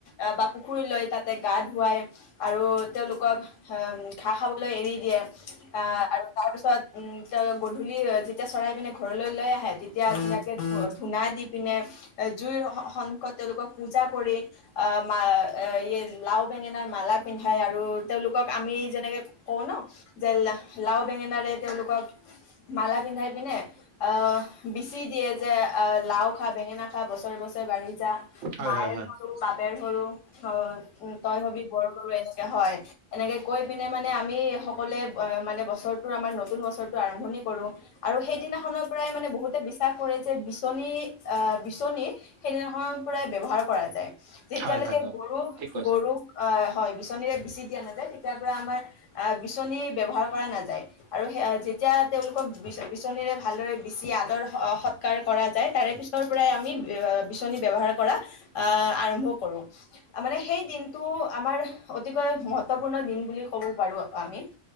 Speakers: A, on the left (about 80°); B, on the right (about 75°).
A: আহ বা পুখুৰী লৈ তাতে গা ধুৱাই আৰু তেওঁলোকক ঘাঁহ খাবলৈ এৰি দিয়ে। অ আৰু তাৰ পিছত উম তে গধূলি যেতিয়া চৰাই পিনে ঘৰলৈ লৈ আহে টি এতিয়া ধুনাকে ধূনা দি পিনে জুইৰ সন্মুখত, তেওঁলোকক পূজা কৰি আহ মা লাও বেঙেনাৰ মালা পিন্ধাই আৰু তেওঁলোকক আমি যেনেকে কওঁ ন যে, লাও বেঙেনাৰে তেওঁলোকক মালা পিন্ধাই পিনে আহ বিচি দিয়ে যে লাও খা বেঙেনা খা বছৰে বছৰে বাঢ়ি যা।
B: হয়
A: মায়েৰ
B: হয় হয়
A: সৰু বাপেৰ সৰু হয় । তই হবি বৰ গৰু এনেকে হয় এনেকে কৈ পিনে মানে আমি সকলোৱে মানে । বছৰটো আমাৰ নতুন বছৰটো আৰম্ভণি কৰো আৰু সেইদিনাখনৰ পৰাই মানে বহুত । বিশ্বাস কৰে যে বিচনী আহ বিচনী সেইদিনাখ পৰাই ব্যবহাৰ কৰা যায় তেতিয়ালৈকে
B: হয় হয় হয়
A: গৰু
B: ঠিক কৈছা
A: গৰুক আহ হয় বিচনীৰে বিচি দিয়া নাযায় তেতিয়াৰ পৰা আমাৰ বিচনী ব্যৱহাৰ কৰা নাযায়। আৰু যেতিয়া তেওঁলোকক বিচনীৰে ভালদৰে বিচি আদৰ সৎকাৰ কৰা যায় তাৰে পিছৰ পৰাই আমি বিচনী ব্যৱহাৰ কৰা আহ আৰম্ভ কৰোঁ। মানে সেই দিনটো আমাৰ অতিকৈ মহত্বপূৰ্ণ দিন বুলি ক'ব পাৰো আমি,